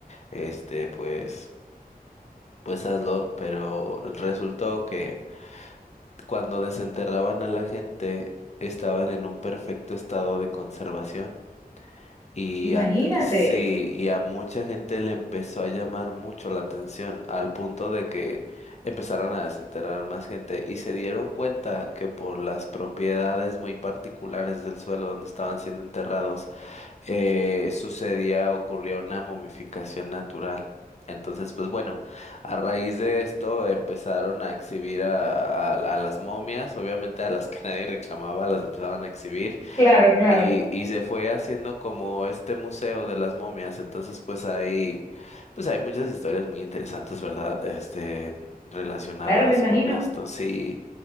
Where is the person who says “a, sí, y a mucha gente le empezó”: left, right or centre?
Left